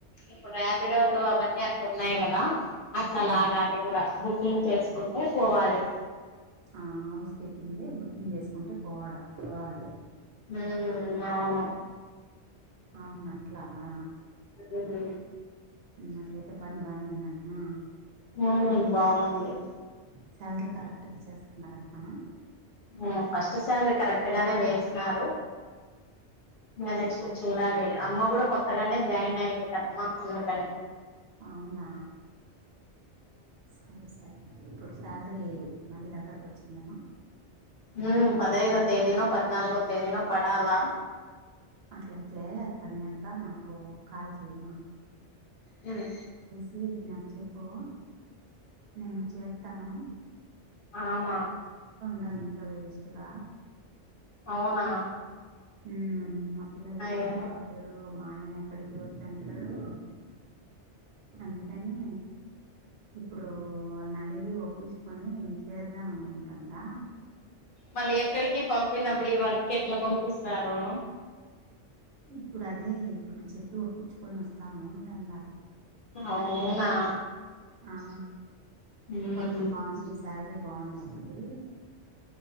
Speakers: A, on the left (about 60°); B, on the right (about 65°).
A: ఇప్పుడు రాపిడోలో అవన్ అన్నీ అట్లు ఉన్నాయి గదా, అట్లా
B: ఉమ్
A: లాగాలి గూడ బుకింగ్ చేసుకుంటే పోవాలి.
B: ఆ హౌస్ కీపింగ్ది బుకింగ్ చేసుకుంటే పోవడం పోవాలి
A: ఉమ్ అవును
B: అవును అట్లా ఆ
A: అదే లే
B: ఉమ్ అట్లయితే పని బానే ఉందంటనా
A: మూవీ బావుంది.
B: సాలరీ కరెక్ట్గా ఇచ్చేస్తున్నారంటున్నామా
A: ఉ ఫస్ట్ సాలరీ కరెక్ట్ గానే వేసిన్నారు. ఇగా నెక్స్ట్ కూ చూడాలి అమ్మ గూడా కొత్తగానే జాయిన్ అయింది కదమ్మ అందుకని.
B: అవునా సరేసారే ఇప్పుడు సా లరీ మళ్ళీ దగ్గరక్ వచ్చిందమ్మా.
A: ఉమ్ పదైదో తేదీన్నా పద్నాలుగో తేదీనో పడాలా
B: అట్లయితే అది పన్నాక నాకు కాల్ చేయనా.
A: ఉమ్
B: మీసి నాక్ చేపో నేను చేతాను.
A: ఆమ
B: త ఇంత వేస్ట్ రా
A: అవునా
B: ఉమ్ మా పిల్లలు అక్కడికి
A: అయ్యో
B: పపేరు. మా ఆయన ఎక్కడికి వస్తంటాడు. అందుకని ఇప్పుడు వాళ్ళని అడిగి ఒప్ ప్పించుకొని చేదాం అనుకుంటాండా.
A: మళ్ళీ ఎక్కడికి పంపినప్పుడు ఈ వర్క్ ఎట్లా పంపిస్తారు.
B: ఇప్పుడు అదే ఇప్పుడు చెప్పి ఒప్పించుకొని వస్తావును ఉంటడా.
A: అవునా
B: ఆ
A: మ్మ్
B: వర్క్ బావుంది, సాలరీ బావుంది కాబట్టి